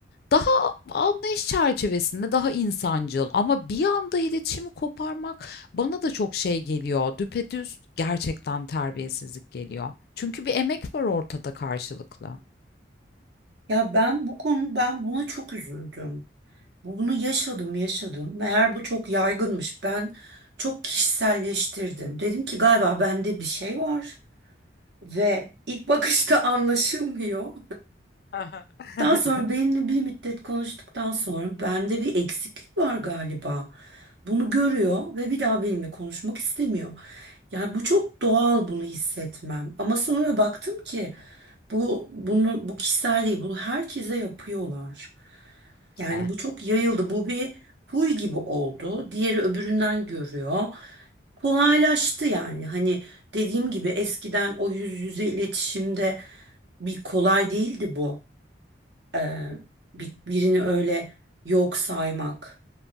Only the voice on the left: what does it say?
Daha anlayış çerçevesinde, daha insancıl ama bir anda iletişimi koparmak bana da çok şey geliyor. Düpedüz gerçekten terbiyesizlik geliyor. Çünkü bir emek var ortada karşılıklı.
Hı <laughs>
De.